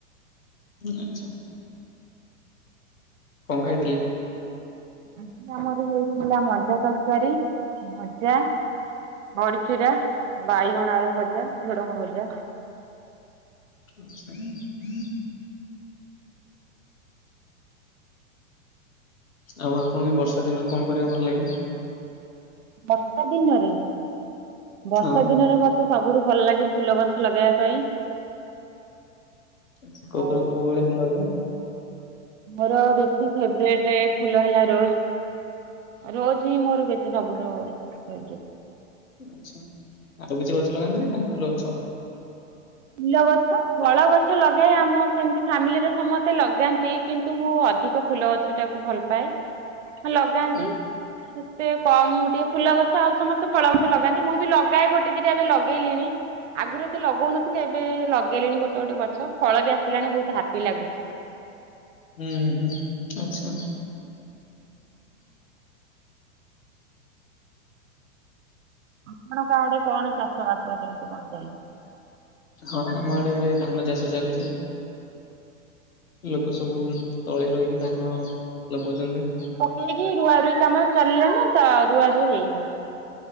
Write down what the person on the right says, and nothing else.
ଆଜି ଆମର ହେଇଥିଲା ମଜା ତରକାରୀ, ଭଜା ବଡ଼ିଚୁରା, ବାଇଗଣ ଆଳୁ ଭଜା, ଝୁଡଙ୍ଗ ଭଜା।
ବର୍ଷା ଦିନରେ ବର୍ଷା
ଦିନରେ ମତେ ତେ ସବୁଠୁ ଭଲ ଲାଗେ ଫୁଲ ଗଛ ଲଗେଇବା ପାଇଁ।
ଆଉ
ମୋର ବେଶୀ ଫେବରିଟେ ଫୁଲ ହେଲା ରୋଜ। ରୋଜ ହିଁ ମୋର ବେଶୀ ସବୁଠୁ ଫେ
ଫୁଲ ଗଛ ଫଳ ଗଛ ଲଗାଇ ଆମ ସେମିତି ଫାମିଲିରେ ସମସ୍ତେ ଲଗାନ୍ତି କିନ୍ତୁ ମୁଁ ଅଧିକ ଫୁଲ ଗଛଟାକୁ ଭଲ ପାଏ। ହଁ ଲଗାନ୍ତି
ସେ କମ, ମୁଁ ଟିକେ ଫୁଲ ଗଛଟା ଆଉ ସମସ୍ତେ ଫଳ ଗଛ ଲଗାନ୍ତି, ମୁଁ ବି ଲଗାଏ ଗୋଟେ ଦିଟା ଏବେ ଲଗେଇଲିଣି। ଆଗୁରୁ ଏତେ ଲଗଉନଥିଲି, ଏବେ ଲଗେଇଲିଣି ଗୋଟେ ଗୋଟେ ଗଛ, ଫଳ ବି ଆସିଲାଣି ବହୁତ ହାପି ଲାଗୁଛି।
ଆପଣଙ୍କ ଆଡେ କଣ ଚାଷବାସ, କେମିତି କଣ ଚାଲିଛି?
ସିଆଡ଼େ କି ରୁଆ ରୁଇ କାମ ଚାଲିଲା ନା ତ ରୁଆ ରୁଇ ହେଇନି।